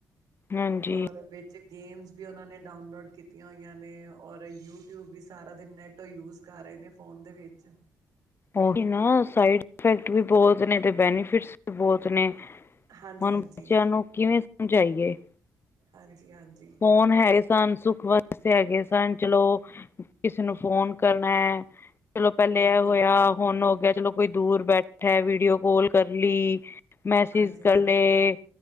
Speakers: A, on the left; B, on the right.
A: ਹਾਂਜੀ
B: ਔਰ ਵਿੱਚ ਗੇਮਸ ਵੀ ਉਹਨਾਂ ਨੇ ਡਾਊਨਲੋਡ ਕੀਤੀਆਂ ਹੋਈਆਂ ਨੇ, ਔਰ ਯੂ ਟਿਊਬ ਵੀ ਸਾਰਾ ਦਿਨ ਨੈੱਟ ਯੂਜ਼ ਕਾਰ ਆਏ ਨੇ ਫੋਨ ਦੇ ਵਿੱਚ
A: ਉਹੀ ਨਾ ਸਾਈਡ ਇਫੈਕਟ ਵੀ ਬੋਤ ਨੇ ਤੇ ਬੈਨੀਫਿਟਸ ਵੀ ਬੋਤ ਨੇ।
B: ਹਾਂਜੀ
A: ਹੁਣ
B: ਹਾਂਜੀ
A: ਬੱਚਿਆਂ ਨੂੰ ਕਿਵੇਂ ਸਮਝਾਈਏ
B: ਹਾਂਜੀ-ਹਾਂਜੀ।
A: ਫੋਨ ਹੈਗੇ ਸਨ, ਸੁੱਖ ਵਸ ਹੈਗੇ ਸਨ ਚਲੋ ਕਿਸੇ ਨੂੰ ਫੋਨ ਕਰਨੈ ਚਲੋ ਪਹਿਲੇ
B: ਬਿਲਕੁਲ
A: ਇਹ ਹੋਇਆ, ਹੁਣ ਹੋ ਗਿਆ, ਚਲੋ ਕੋਈ ਦੂਰ ਬੈਠਾ ਵੀਡੀਓ ਕਾਲ ਕਰ ਲਈ ਮੈਸੇਜ
B: ਹਾਂਜੀ
A: ਕਰ
B: ਹਾਂਜੀ
A: ਲਏ,